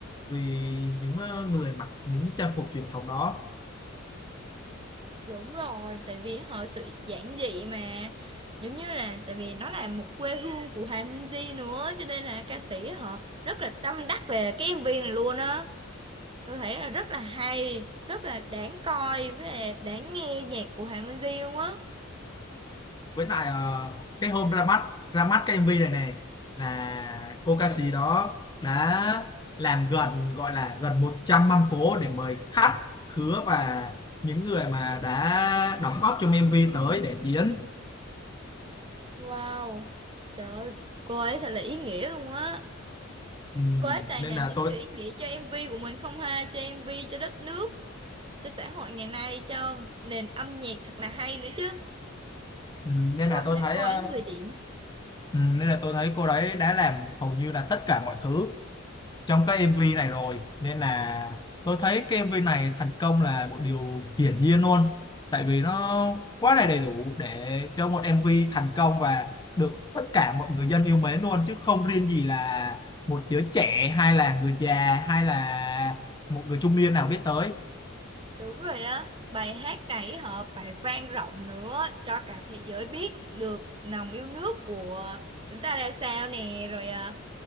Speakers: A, on the left (about 20°); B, on the right (about 25°).
A: vì những ờ, người mặc những trang phục truyền thống đó
B: Đúng rồi, tại vì họ sự giản dị mà giống như là tại vì nó là một quê hương của Hòa Minzy nữa cho nên là ca sĩ họ rất là tâm đắc về cái MV này luôn á. Tôi thấy là rất là hay, rất là đáng coi với là đáng nghe nhạc của Hòa Minzy luôn á.
A: với lại ờ, cái hôm ra mắt ra mắt cái MV này này là cô ca sĩ đó đã làm gần gọi là gần 100 mâm cỗ để mời khách khứa và những người mà đã đóng góp trong MV tới để diễn
B: Wow. Trời ơi, cô ấy thật là ý nghĩa luôn á.
A: Ừ,
B: Cô ấy toàn
A: nên
B: làm
A: là
B: những
A: tôi
B: điều ý nghĩa cho MV của mình không ha, cho MV, cho đất nước, cho xã hội ngày nay, cho nền âm nhạc thật là hay nữa chứ.
A: ừ, nên
B: Tôi
A: là tôi
B: thấy
A: thấy
B: cô
A: ờ,
B: ấy 10 điểm.
A: ừ, nên là tôi thấy cô đấy đã làm hầu như là tất cả mọi thứ trong cái MV này rồi nên là tôi thấy cái MV này thành công là một điều hiển nhiên luôn tại vì nó quá là đầy đủ để cho một MV thành công và được tất cả mọi người dân yêu mến luôn chứ không riêng gì là một đứa trẻ hay là người già hay là một người trung niên nào biết tới
B: Đúng rồi á, bài hát này họ phải vang rộng nữa cho cả thế giới biết được lòng yêu nước của chúng ta ra sao nè, rồi à,